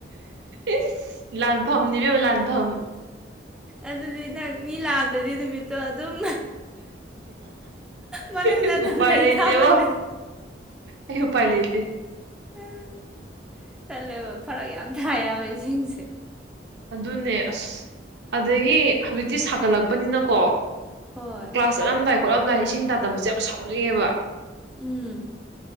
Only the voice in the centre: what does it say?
ꯑꯗꯨꯗꯤ ꯅꯪ ꯃꯤ ꯂꯥꯛꯑꯝꯗ꯭ꯔꯗꯤ ꯅꯨꯃꯤꯠꯇꯣ ꯑꯗꯨꯝ ꯃꯅꯨꯡꯗ
ꯑꯗꯨꯝ
ꯂꯩ
ꯇꯥꯕꯅꯦ
ꯑ ꯇꯜꯂꯦꯕ ꯐꯔꯛ ꯌꯥꯝ ꯇꯥꯏ ꯍꯥꯏꯕ ꯏꯁꯤꯡꯁꯦ
ꯍꯣꯏ
ꯎꯝ